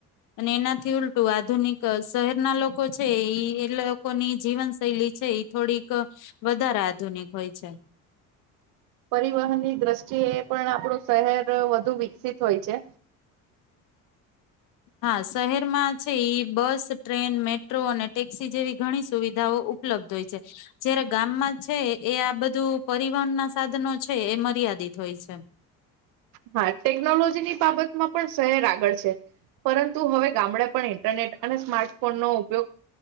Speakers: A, on the left (about 70°); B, on the right (about 75°).
A: અને એનાથી ઉલટું આધુનિક શહેરના લોકો છે એ લોકોની જીવન શૈલી છે એ થોડીક વધારે આધુનિક હોય છે
B: પરિવહનની દ્રષ્ટિએ પણ આપણું શહેર વધુ વિકસિત હોય છે
A: હા શહેરમાં છે એ બસ ટ્રેન મેટ્રો અને ટેક્સી જેવી ઘણી સુવિધાઓ ઉપલબ્ધ હોય છે જયારે ગામમાં છે એ આ બધું પરિવહનના સાધનો છે એ મર્યાદિત હોય છે
B: હા ટેકનોલોજીની બાબતમાં પણ શહેર આગળ છે પરંતુ હવે ગામડા પણ ઇન્ટરનેટ અને સ્માર્ટ ફોન નો ઉપયોગ